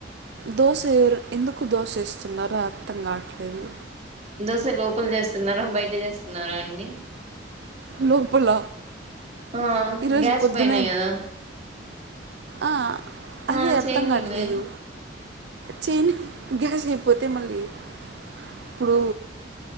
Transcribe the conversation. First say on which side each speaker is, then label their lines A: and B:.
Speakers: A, on the right; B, on the right.
A: దోశ ఏయరు ఎందుకు దోశ వేస్తున్నారో అర్థం కావట్లేదు
B: దోసే లోపల చేస్తున్నారా బయట చేస్తున్నారా అండి
A: లోపల
B: ఆ
A: ఈరోజ్
B: గ్యాస్
A: పొద్దునే
B: పైనే కదా
A: ఆ అదె
B: ఆ
A: అర్థం
B: చేయనీలే
A: కాట్లేదు చేన్ గ్యాస్ అయిపోతే మళ్ళీ ఇప్పుడు